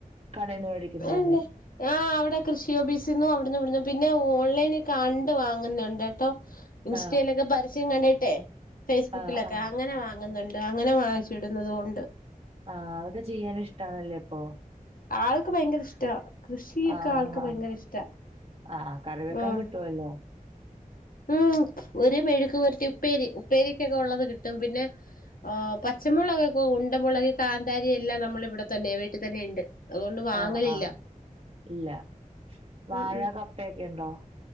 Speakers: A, on the right; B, on the left.
A: കടയിൽന്ന് മേടിക്കുന്നത്
B: അല്ലെ
A: തന്നെ
B: ആഹ് അവിടെ കൃഷി ഓഫീസിന്നും അവിടന്ന് ഇവിടുന്നു പിന്നെ ഓൺലൈൻ കണ്ട് വാങ്ങുന്നുണ്ട് കേട്ടോ ഇൻസ്റ്റയിലൊക്കെ
A: ആഹ്
B: പരസ്യം കണ്ടിട്ടെ ഫേസ്ബുക്കിലൊക്കെ
A: ആഹ് ആഹ്.
B: അങ്ങനെ വാങ്ങുന്നുണ്ട് അങ്ങനെ വാങ്ങിച്ചിടുന്നത് കൊണ്ട്
A: ആഹ് അതൊക്കെ ചെയ്യാനും ഇഷ്ടാണല്ലേ ഇപ്പൊ
B: ആൾക്ക് ഭയങ്കര ഇഷ്ട കൃഷിയൊക്കെ
A: ആഹ്
B: ആൾക്ക്
A: ആഹ്.
B: ഭയങ്കര ഇഷ്ടാ
A: ആഹ് കറി
B: ഉം
A: <unintelligible>
B: ഉം ഒരു മെഴുക്ക് പെരട്ടി ഉപ്പേരി ഉപ്പേരിക്ക് ഒക്കെ ഉള്ളത് കിട്ടും പിന്നെ പച്ചമുളകൊക്കെ ഉണ്ടമുളക് കാന്താരി എല്ലാം നമ്മൾ ഇവിടെ തന്നെ വീട്ടിൽ തന്നെ ഉണ്ട് അതുകൊണ്ട് വാങ്ങലില്ല
A: ആഹ് ആഹ് ഇല്ല വാഴ
B: ഉം ഉം
A: കപ്പയൊക്കെ ഉണ്ടോ